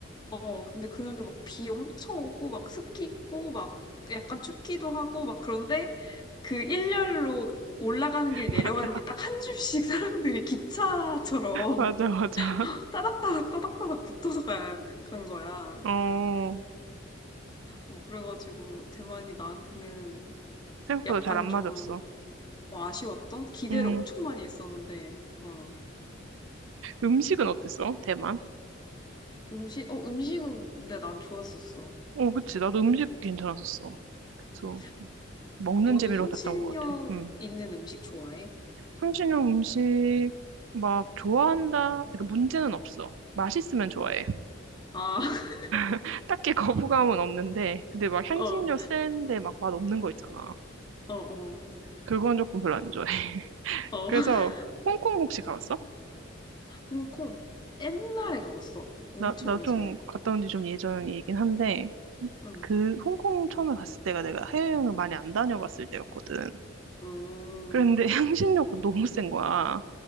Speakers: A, on the left; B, on the right.
A: 어, 근데 그날도 막 비 엄청 오고 막 습기 있고 막 약간 춥기도 하고 막 그런데 그 일렬로 올라가는
B: <laughs>
A: 길 내려가는
B: 맞아.
A: 길 딱 한 줄씩 사람들이 기차처럼
B: 맞아, 맞아.
A: <laughs> 따닥따닥 따닥따닥 붙어서 가, 간 거야.
B: 어,
A: 어, 그래가지고 대만이 나한테는
B: 생각보다
A: 약간
B: 잘 안
A: 좀
B: 맞았어.
A: 어, 아쉬웠던 기대를
B: 음,
A: 엄청 많이 했었는데 어.
B: 음식은 어땠어? 대만?
A: 음식 어 음식은 근데 난 좋았었어.
B: 어, 그치. 나도
A: 음,
B: 음식 괜찮았었어. 그래서
A: 음.
B: 먹는
A: 너도
B: 재미로
A: 향신료
B: 갔던 것 같아. 음.
A: 있는 음식 좋아해?
B: 한신형 음식 막 좋아한다. 그러니까 문제는 없어. 맛있으면 좋아해.
A: 아, <laughs>
B: <laughs> 딱히 거부감은 없는데, 근데 막 향신료
A: 어.
B: 센데 막 맛 없는 거 있잖아.
A: 어, 어,
B: 그건 조금 별로 안 좋아해. <laughs>
A: 어.
B: 그래서
A: <laughs>
B: 홍콩 혹시 가봤어?
A: 홍콩. 옛날에 가봤어. 엄청
B: 나, 나
A: 오래전에.
B: 좀 갔다 온지 좀 예전이긴 한데,
A: 응.
B: 그 홍콩 처음에 갔을 때가 내가 해외여행을 많이 안 다녀봤을 때였거든.
A: 어
B: 그런데 <laughs> 향신료가 너무 센 거야.